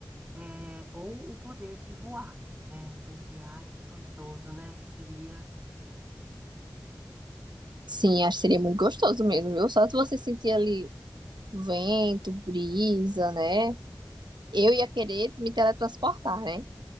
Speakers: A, on the right; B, on the right.
A: é, Ou o poder de voar, né? Porque, ai, que gostoso, né? Que seria.
B: Sim, acho que seria muito gostoso mesmo, viu? Só se você sentir ali vento, brisa, né? Eu ia querer me teletransportar, né?